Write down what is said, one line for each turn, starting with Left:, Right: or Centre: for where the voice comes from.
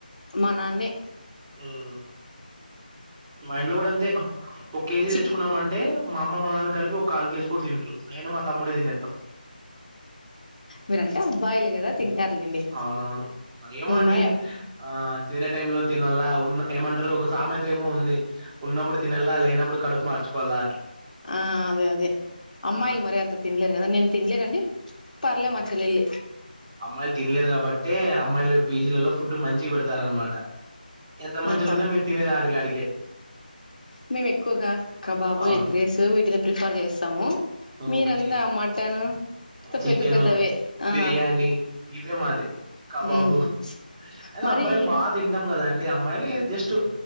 Left: మ నాన్నె
Right: ఉమ్. మా ఇంట్లో కూడ అంతే ఒక కేజీ
Left: చి
Right: తెచ్చుకున్నా మంటే మా అమ్మ మా నాన్న కలిపి ఒక కాలు కేజీ కూడ తిినరు నేను మా తమ్ముడే తినేాం
Left: మీరంటే అబ్బాయిలు కదా తింటారులేండి
Right: అవునవును ఏమో అండి
Left: మరి
Right: ఆ తినే టైమ్లో తినాల ఉన్న ఏమంటారు ఒక సామె తేమో ఉంది ఉన్నప్పుడు తినల్లా లేనప్పుడు కడుపు మార్చుకోవాల
Left: ఆ అదే అదే అమ్మాయిలు
Right: ఆ
Left: మరి అంత తిన్లేరు కదా నేను తినలేరండి పర్లే
Right: ఉమ్.
Left: మా చెల్లిల్
Right: అమ్మాయిలు తిన్లేర్ కాబట్టే అమ్మాయిలు పీజీలలో ఫుడ్ మంచి పెడతారునమాట ఎంత మంచి
Left: ఓహో
Right: గున్నా మీరు తినేది ఆడికిడికిే
Left: మేము ఎక్కువగా కబాబు
Right: అవును
Left: ఎగ్ రేస్ వీటిని ప్రిఫర్ చేస్తాము మీరంతా
Right: ఓకే
Left: అ మటను
Right: చికెను
Left: పెద్ద పెద్దవే ఆ
Right: బిర్యానీ ఇవే మాది కాబాబు
Left: ఉమ్
Right: అయిన
Left: మరి
Right: అబ్బాయిలు బాగా తింటాం కదా అండి అమ్మాయిలు జస్ట్